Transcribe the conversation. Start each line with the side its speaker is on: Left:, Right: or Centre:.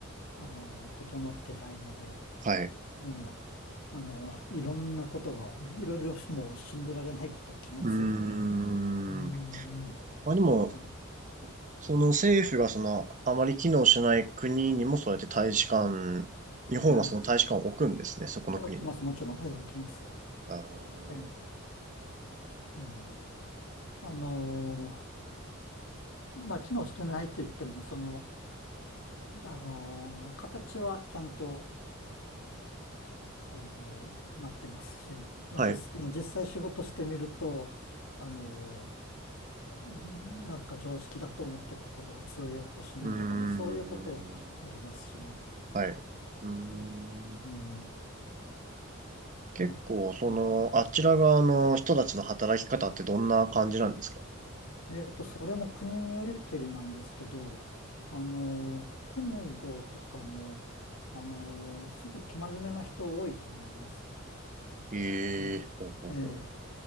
Left: あの、整ってないので、
Right: はい。
Left: ねえ、あの、いろんなことが、いろいろもう信じられないこと起きますよね。
Right: うーん。
Left: <laughs> うーん、
Right: まあでも、
Left: うん、
Right: その政府がその、あまり機能しない国にもそうやって大使館、日本はその大使館を置くんですね、
Left: うん
Right: そこの国に。
Left: 起きます、もちろん、ええ、起きます。
Right: あー
Left: ええ、うん。あの、まあ、機能してないと言っても、その、あの、形はちゃんと、あの、なってますし、まあ実、
Right: はい。
Left: でも実際仕事してみると、あの、うんなんか常識だと思ってたことが通用しないとか、
Right: うーん。
Left: まあそういうことはありますしね。
Right: はい。うーん。
Left: えうん。
Right: 結構、
Left: まあ、
Right: その、
Left: え
Right: あちら側の人たちの働き方ってどんな感じなんですか
Left: ええーと、それも国によりけりなんですけど、あの、コンゴとかも、あの、すぐ生真面目な人多いと思います。
Right: ええーほうほうほう。
Left: ねええ